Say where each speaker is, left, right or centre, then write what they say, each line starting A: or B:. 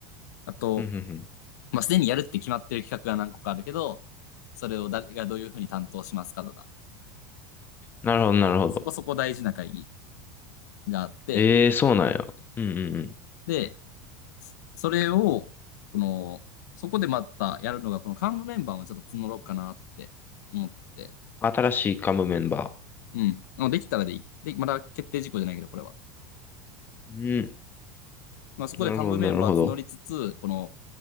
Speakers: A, on the left; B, on the left.
A: あと、
B: うんうん
A: まあすでにやるって決まってる企画が何個かあるけど、それを誰がどういうふうに担当しますかとか、
B: なるほど、なるほど。
A: そこそこ大事な会議があって、
B: ええ、そうなんや。うんうんうん。
A: で、それを、この、そこでまたやるのが、この幹部メンバーをちょっと募ろうかなって思ってて、
B: 新しいカムメンバ
A: うん。できたらでいい。で、まだ決定事項じゃないけど、これは。
B: ー。うん。
A: まあそこで幹部メンバー募りつつ、
B: なるほど、なるほど。
A: この